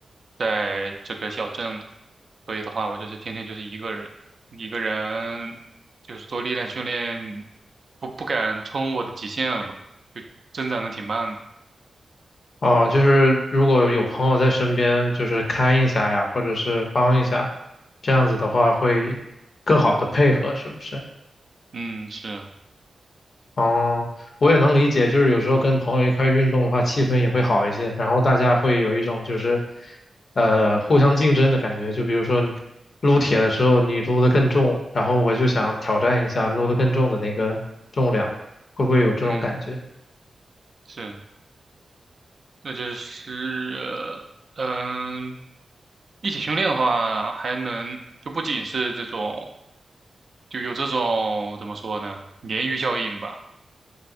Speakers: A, on the right; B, on the left.
A: 在这个小镇里，所以的话，我就是天天就是一个人，一个人就是做力量训练，不不敢冲我的极限了嘛，就增长的挺慢的。
B: 哦，就是如果有朋友在身边，就是看一下呀，或者是帮一下，这样子的话会更好的配合，是不是？
A: 嗯，是啊，
B: 哦，我也能理解，就是有时候跟朋友一块儿运动的话，气氛也会好一些，然后大家会有一种就是，呃，互相竞争的感觉。就比如说撸铁的时候，你撸的更重，然后我就想挑战一下撸的更重的那个重量，会不会有这种感觉？
A: 嗯，是啊，那就是呃嗯。一起训练的话，还能就不仅是这种就有这种怎么说呢，鲶鱼效应吧，